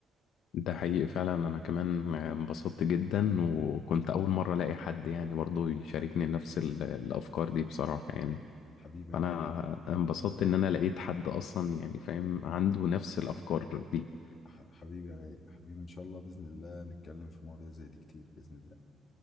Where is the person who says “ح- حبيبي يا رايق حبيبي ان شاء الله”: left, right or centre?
Left